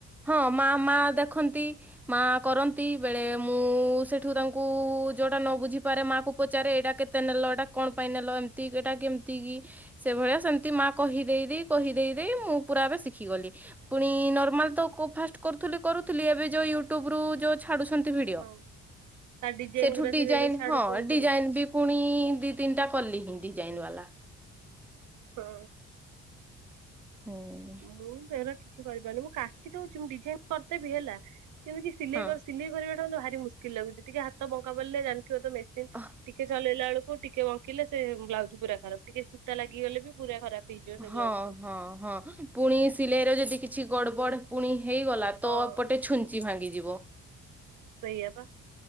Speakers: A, in the centre; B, on the right.
A: ହଁ ମା ମା ଦେଖନ୍ତି। ମା କରନ୍ତି ବେଳେ ମୁଁ ସେଠୁ ତାଙ୍କୁ ଯୋଉଟା ନ ବୁଝିପାରେ ମାକୁ ପଚାରେ ଏଇଟା କେତେ ତେ ନେଲ, ଏଇଟା କଣ ପାଇଁ ନେଲ, ଏମିତି ଏଟା, କେମିତି କି? ସେଭଳିଆ ସେମିତି ମା କହିଦେଇ ଦେଇ କହିଦେଇ ଦେଇ ମୁଁ ପୁରା ଏବେ ଶିଖିଗଲି। ପୁଣି ନର୍ମାଲ ତ ଫାଷ୍ଟ କରୁଥିଲି କରୁଥିଲି ଏବେ ଯଉ ୟୁଟୁବ ରୁ ଯୋଉ ଛାଡୁଛନ୍ତି ଭିଡିଓ
B: ହଁ ତା ଡିଜାଇନ
A: ସେଠୁ
B: ଗୁରା
A: ଡିଜାଇନ୍
B: ସେ ଏବେ ଛାଡୁଛନ୍ତି
A: ହଁ
B: ସବୁ
A: ଡିଜାଇନ୍ ବି ପୁଣି ଦି ତିନିଟା କଲି ହିଁ ଡିଜାଇନ ବାଲା।
B: ହୁଁ।
A: ହୁଁ।
B: ମୁଁ ସେରା କିଛି କରିପାରୁନି। ମୁଁ କାଟି ଦଉଛି ମୁ ଡିଜାଇନ କରିଦେବି ହେଲା କିନ୍ତୁ କି ସିଲେଇ
A: ହଁ
B: ସିଲେଇ କରିବାଟା ଭାରି ମୁସ୍କିଲ ଲାଗୁଛି ଟିକେ ହାତ ବଙ୍କା ପଡିଲେ ଜାଣି ଯୋଉ ତ ମେସିନ୍
A: ଅ
B: ଟିକେ ଚଲେଇଲା ବେଳକୁ ଟିକେ ବଙ୍କିଲେ ସେ ବ୍ଲାଉଜ୍ ପୁରା ଖରାପ, ଟିକେ ସୂତା ଲାଗିଗଲେ ବି ପୁରା ଖରାପ। ହେଇଯିବ ସେ
A: ହଁ,
B: ବ୍ଲାଉଜ ସବୁ।
A: ହଁ, ହଁ, ପୁଣି ଏ ସିଲେଇର ଯଦି କିଛି ଗଡ ବଡ ପୁଣି ହେଇଗଲା।
B: ହଁ।
A: ତ ଏପଟେ ଛୁଞ୍ଚି ଭାଙ୍ଗିଯିବ।
B: ସେଇ ଆ ପା